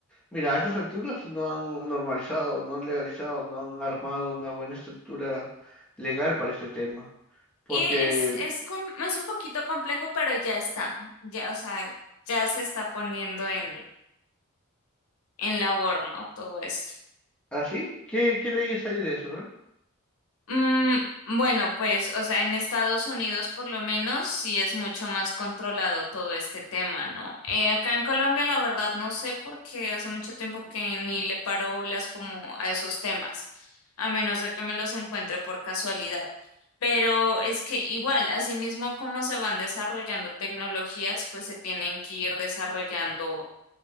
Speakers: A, in the centre; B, on the left.
A: Mira, a estas alturas no han normalizado, no han legalizado, no han armado una buena estructura legal para este tema. Porque,
B: Y es, es, com- es un poquito complejo, pero ya está. Ya, o sea, ya se está poniendo en, en labor, ¿no? Todo esto.
A: ¿así? ¿Qué, qué leyes hay de eso? eh?
B: Mm, bueno, pues, o sea, en Estados Unidos por lo menos sí es mucho más controlado todo este tema, ¿no? Eh, acá en Colombia la verdad no sé porque hace mucho tiempo que ni le paro bolas como a esos temas, a menos de que me los encuentre por casualidad. Pero es que igual, asimismo como se van desarrollando tecnologías, pues se tienen que ir desarrollando